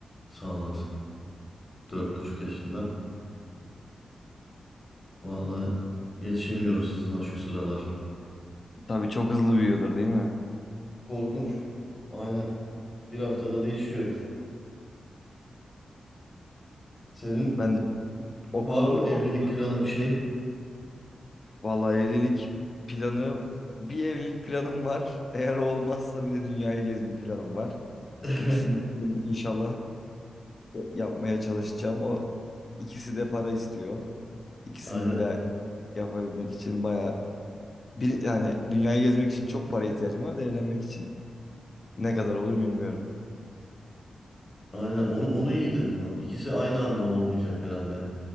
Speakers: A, on the left (about 35°); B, on the left (about 50°).
A: Sağ olasın. Dört buçuk yaşında. Vallahi yetişemiyoruz hızına şu sıralar.
B: Tabii çok hızlı büyüyordur değil mi?
A: Korkunç. Aynen. Bir haftada değişiyor. Senin
B: Ben de okulu,
A: var mı evlilik
B: okulu
A: planı bir şey?
B: vallahi evlilik planı bir evlilik planım var. Eğer o olmazsa bile dünyayı gezme planım var.
A: <laughs>
B: İkisini de inşallah yapmaya çalışacağım. O ikisi de para istiyor. İkisini
A: Aynen.
B: de yapabilmek için bayağı bir yani dünyayı gezmek için çok para ihtiyacım var da evlenmek için ne kadar olur bilmiyorum.
A: Aynen. Onu onu iyi dedin bak. İkisi aynı anda olmayacak herhalde.